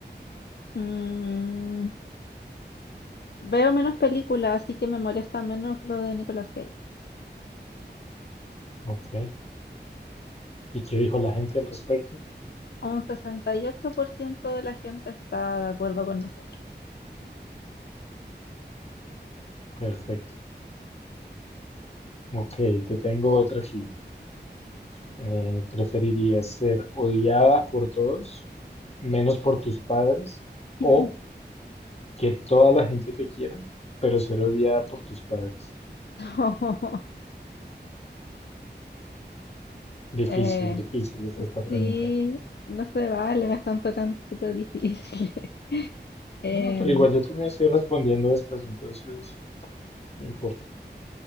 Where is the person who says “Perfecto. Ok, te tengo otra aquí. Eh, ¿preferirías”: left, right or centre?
Left